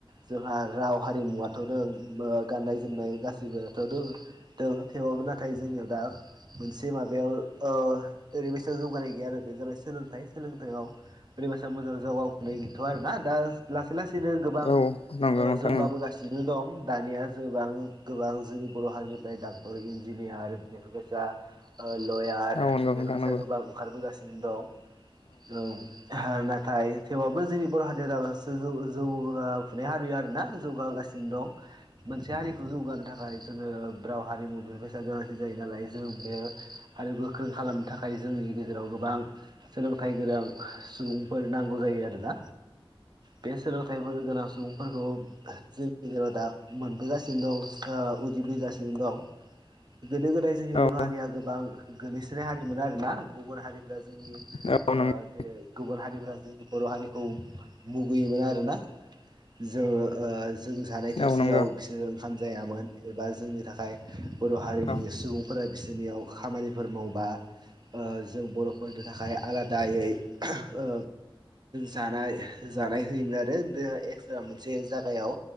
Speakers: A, on the right (about 45°); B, on the left (about 80°).
A: जोंहा राव हारिमुवाथ'दों ओ गाननाय जोमनाय गासिबोथ' दोंङो दों थेवाबबो ना नाथाय जोंनियाव दा मोनसे माबायाव ओ ओरैबायसा जौगानाय गैया आरो बे जाबाय सोलोंथाइ। सोलोंथाइयाव ओरैबायसा मोजां जागाफुनाय गैथ' आरोना दा लासै ला सैनो गोबां
B: औ नंगौ
A: ओ
B: नोंथां
A: जौगाबोगासिनो दं। दानिया जोबां गोबां जोंनि बर' हारिनिफ्राय डक्टर इन इन्जिनियार बेफोरबायसा ओ लयार
B: औ
A: बेफोरबायसा
B: नंगौ नोंथां नंगौ
A: गोबां ओंखारबोगासिनो दं। औ। नाथाय थेवाबबो जोंनि बर' हारिया <unintelligible> जौ जौगाफुनाय हारि आरोना जौगागासिनो। दं मोनसे हारिखौ जौगानो थाखाय जोङो राव हारिमु बेफोर गोनांथि जायो नालाय जों बे हारि गोख्रों खालामनो थाखाय जोंनि गेजेराव गोबां सोलों थाइ गोरों सुबुंफोर नांगौ जायो आरोना।
B: <inaudible>
A: बे सोलोंथाइफोर गोनां सुबुंफोरखौ जोंनि गेजेराव दा मोनबोगासिनो दं ओ उजिबोगासिनो दं। गोदो गोदाय जोंनि
B: औ
A: बर' हारिया गोबां गोग्लैसोनाय हारिमोन आरोना गुबुन हारि फोर जोंनि
B: औ
A: ओ
B: नंगौ
A: जेरै गुबुन हारिफोरा जोंनि बर' हारिखौ मुगैयोमोन आरोना। जोङो ओ जों जानाय थोरसियाव
B: औ नंगौ
A: बिसोरो ओंखाम जायामोन एबा जोंनि थाखाय बर' हारिनि
B: औ
A: सुबुंफोरा बिसोरनियाव खामानिफोर मावबा ओ जों बर'फोरनि थाखाय आलादायै ओ जानाय जानाय होयोमोन आरो बे एक्सट्रा मोनसे जागायाव।